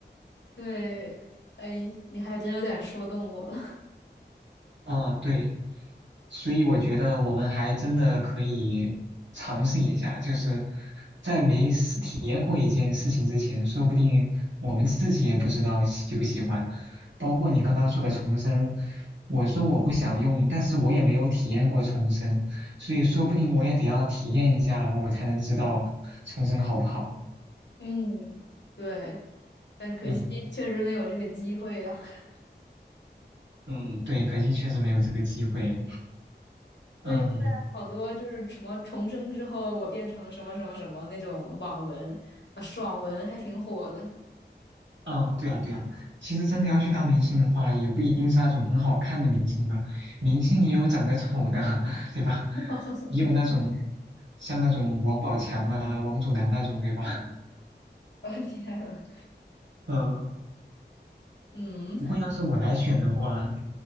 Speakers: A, on the left (about 75°); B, on the right (about 85°).
A: 对，哎，你还真有点说动我了。
B: 啊，对，所以我觉得我们还真的可以尝试一下，就是在没试体验过一件事情之前，说不定我们自己也不知道喜不喜欢。包括你刚刚说的重生，我说我不想用，但是我也没有体验过重生，所以说不定我也得要体验一下，我才能知道重生好不好。
A: <laughs> 嗯，对，但可惜确实没有这个机会啊。
B: 嗯
A: <laughs>
B: 嗯，对，可惜确实没有这个机会。
A: 所以现在好多就是什么重生之后，
B: 嗯。
A: 我变成什么什么什么那种网文，啊爽文还挺火的。
B: 嗯，对啊，对啊。其实真的要去当明星的话，也不一定是那种很好看的明星吧，明星也有长得丑的，<laughs> 对吧？
A: <laughs>
B: 也有那种像那种王宝强啊、王祖蓝那种，对吧？
A: 我的天！
B: 嗯，
A: 嗯，
B: 不过要是我来选的话，